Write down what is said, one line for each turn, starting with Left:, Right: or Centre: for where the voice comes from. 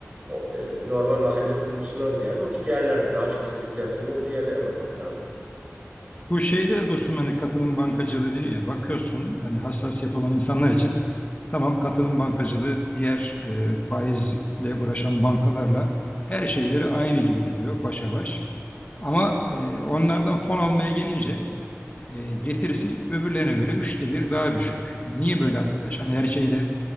Right: O, e, normal mahalle kuyumcusundan ziyade o tip yerlerde daha çok sirkülasyon olduğu yerlere bakmak lazım.
Left: Bu şeyde de dostum hani katılım bankacılığı deniyor ya bakıyorsun hani hassasiyet olan insanlar için tamam katılım bankacılığı diğer e, faizle uğraşan bankalarla her şeyleri aynı gibi gidiyor başa baş. Ama e, onlardan fon almaya gelince e, getirisi öbürlerine göre üçte bir daha düşük. E, niye böyle arkadaş? Hani her şeyde